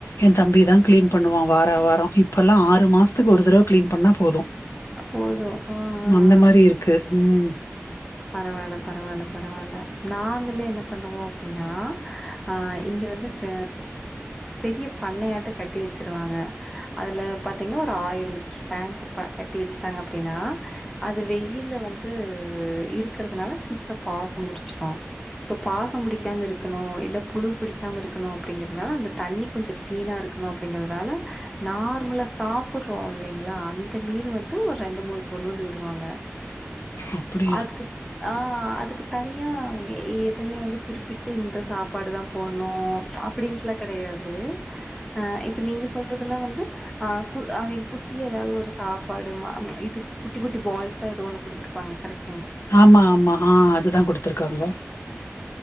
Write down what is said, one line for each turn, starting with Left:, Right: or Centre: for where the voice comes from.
Left: என் தம்பி தான் கிளீன் பண்ணுவான் வார வாரம் இப்பெல்லா ஆறு மாசத் துக்கு ஒரு தடவை கிளீன் பண்ணா போதும்
Centre: போதும் உ உ
Left: அந்த
Centre: உ
Left: மாரி இருக்கு. ம்.
Centre: பரவால பரவால பரவால நாங்களே என்ன பண்ணுவோம் அப்படின்னா அஹ் இங்க வந்து ஹ பெரிய பண்ணையாட்ட கட்டி வச்சிருவாங்க அதுல பாத்தீங்கன்னா ஒரு ஆயில் டேங்க் கட்டி வச்சுட்டாங்க அப்படின்னா அது வெயில வந்து இருக்கறதுனால சீக்கிரம் பாசம் புடிச்சிடும் சோ பாசம் புடிக்காம இருக்கணும் இல்ல புழு புடிக்காம இருக்கணும் அப்படிங்கறதுனால அந்த தண்ணி கொஞ்சோ கிளீனா இருக்கணும் அப்படிங்கறதுனால நார்மலா சாப்படுறோம் இல்லைங்களா அந்த மீன் வந்து ஒரு ரெண்டு மூணு கொண்டு வந்து விடுவாங்க
Left: அப்படி
Centre: அதுக்கு ஆஹ் அதுக்கு தனியா எ எதுமே வந்து குறிப்பிட்டு இந்த சாப்பாடு தான் போடணும் அப்படின்ட்டுலா கெடயாது அஹ இப்ப நீங்க சொல்றதெல்லா வந்து அஹ் குட் அவ குட்டி ஏதாவது ஒரு சாப்பாடு மா ச்சு இது குட்டி குட்டி பால்ஸா ஏதோ ஒண்ணு குடுத்துருப்பாங்க கரெக்ட்
Left: ஆமா ஆமா ஆஹ் அதுதான் குடுத்தருக்காங்க